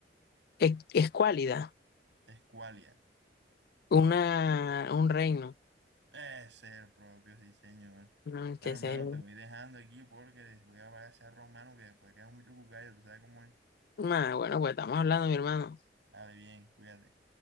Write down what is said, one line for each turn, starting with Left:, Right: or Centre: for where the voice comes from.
Left: Es, es cualidad,
Right: Escualia.
Left: una, un reino.
Right: Ese es el propio, sí, señor.
Left: ¿no? Que
Right: Bueno,
Left: se,
Right: mano, te voy dejando aquí porque voy a apagar ese arroz, mano, que después queda mucho cucayo, tú sabes cómo es.
Left: nah, bueno, pues estamos hablando, mi hermano.
Right: Dale, bien, cuídate.